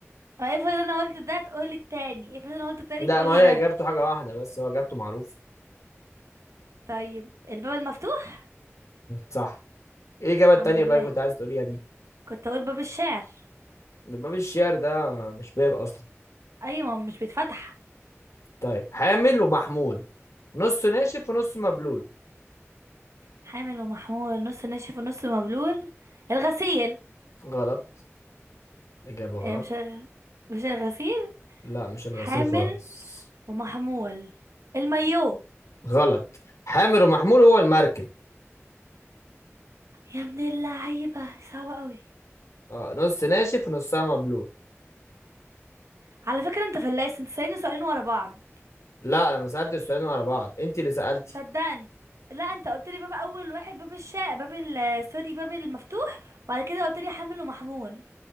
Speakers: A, on the right; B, on the left.
A: اه افرض انا قلت ده تقولي التاني افرض انا قلت التاني
B: لا
A: تقولي
B: ما هي
A: ده
B: اجابته حاجه واحده بس هو اجابته معروف
A: طيب الباب المفتوح
B: صح ايه الاجابه
A: الحمد
B: التانيه
A: لله
B: بقى اللي كنت عايز تقوليها دي
A: كنت اقول باب الشعر
B: ده باب الشعر ده مش باب اصلا
A: ايوه مش بيتفتح
B: طيب حامل ومحمول نص ناشف ونص مبلول
A: حامل ومحمول نص ناشف ونص مبلول الغسيل
B: غلط اجابه غلط
A: إيه مش الغ- مش الغسيل
B: لا مش الغسيل
A: حامل
B: خالص
A: ومحمول المايو
B: غلط حامل ومحمول هو المركب
A: يا ابن اللعيبه صعبه قوي
B: اه نص ناشف ونصها مبلول
A: على فكره انت فلاس انت سألني سؤالين ورا بعض
B: لا لما سألت السؤالين ورا بعض انت اللي سألتي
A: صدقني لا انت قلت لي باب اول واحد باب الشاء باب ال سوري باب المفتوح وبعد كده قلت لي حامل ومحمول